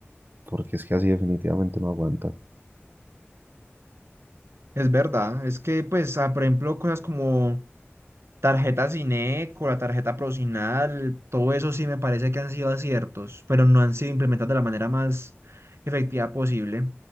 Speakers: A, on the right; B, on the right.
A: porque es que así definitivamente no aguanta.
B: Es verdad, es que pues, ah, por ejemplo, cosas como Tarjeta Cineco, la tarjeta Procinal, todo eso sí me parece que han sido aciertos, pero no han sido implementados de la manera más efectiva posible.